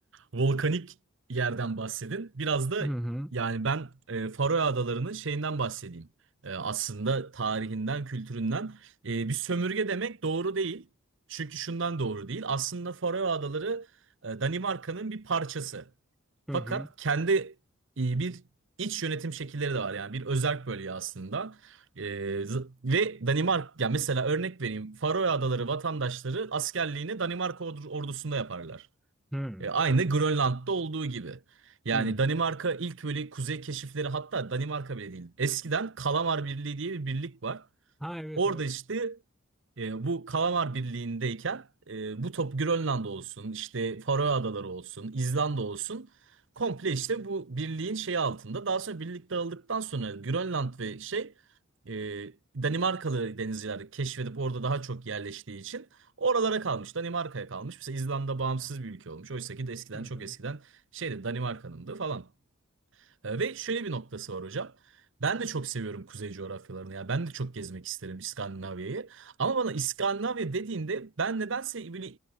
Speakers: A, on the right (about 60°); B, in the centre.
A: volkanik yerden bahsedin. Biraz da
B: Hı hı.
A: yani ben e, Faroe Adaları'nın şeyinden bahsedeyim. E, aslında tarihinden, kültüründen. E, bir sömürge demek doğru değil. Çünkü şundan doğru değil. Aslında Faroe Adaları e, Danimarka'nın bir parçası.
B: Hı
A: Fakat
B: hı.
A: kendi e, bir iç yönetim şekilleri de var yani bir özerk bölge aslında. E, z- ve Danimarka ya mesela örnek vereyim Faroe Adaları vatandaşları askerliğini Danimarka ordu- ordusunda yaparlar.
B: Hı
A: E, aynı Grönland'da olduğu gibi. Yani
B: hı.
A: Danimarka ilk böyle kuzey keşifleri hatta Danimarka bile değil. Eskiden Kalamar Birliği diye bir birlik var.
B: Ha evet
A: Orada
B: evet.
A: işte e, bu Kalamar Birliği'ndeyken e, bu top Grönland olsun, işte Faroe Adaları olsun, İzlanda olsun komple işte bu birliğin şeyi altında. Daha sonra birlik dağıldıktan sonra Grönland ve şey e, Danimarkalı denizciler keşfedip orada daha çok yerleştiği için oralara kalmış. Danimarka'ya kalmış. Mesela İzlanda bağımsız bir ülke olmuş. Oysa ki de eskiden
B: Hı hı.
A: çok eskiden şeydi Danimarka'nındı falan. E, Ve şöyle bir noktası var hocam. Ben de çok seviyorum kuzey coğrafyalarını. ya ben de çok gezmek isterim İskandinavya'yı. Ama bana İskandinavya dediğinde ben nedense böyle